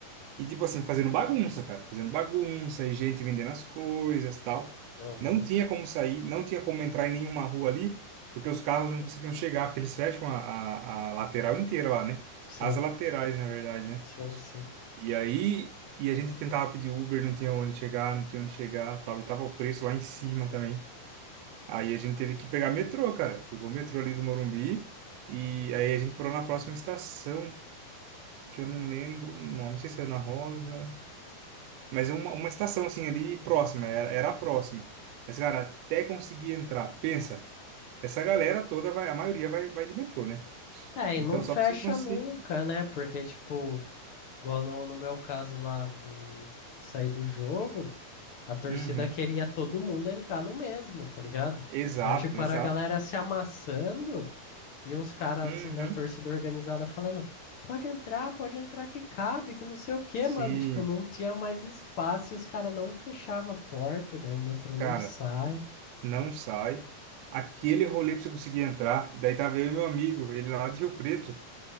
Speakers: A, on the right (about 80°); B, on the left (about 45°).
A: E, tipo assim, fazendo bagunça, cara. Fazendo bagunça e gente vendendo as coisas tal.
B: Aham.
A: Não tinha como sair, não tinha como entrar em nenhuma rua ali, porque os carros não conseguiam chegar, porque eles fecham a, a, a lateral inteira lá, né?
B: Sim,
A: As laterais, na verdade, né?
B: sim, sim.
A: E aí, e a gente tentava pedir Uber, não tinha onde chegar, não tinha onde chegar, tal. E tava o preço lá em cima também. Aí a gente teve que pegar metrô, cara. Pegou o metrô ali do Morumbi. E aí a gente parou na próxima estação, que eu não lembro o nome, não sei se era na Rosa. Mas é uma, uma estação assim ali próxima, era, era a próxima. Mas, cara, até conseguir entrar, pensa, essa galera toda vai, a maioria vai, vai de metrô, né?
B: É, e
A: Então
B: não fecha
A: só pra você conseguir.
B: nunca, né? Porque, tipo, igual no, no meu caso lá do sair do jogo, a torcida
A: Uhum.
B: queria todo mundo entrar no mesmo, tá ligado?
A: Exato,
B: Então, tipo,
A: exato.
B: era a galera se amassando e uns caras,
A: Uhum.
B: assim, da torcida organizada falando: pode entrar, pode entrar que cabe, que não sei o quê,
A: Sim,
B: mano. Tipo, não tinha mais espaço e os caras não fechavam a porta, e daí o metrô não
A: cara,
B: sai.
A: não sai. Aquele rolê pra você conseguir entrar. Daí tava eu e meu amigo, ele lá de Rio Preto.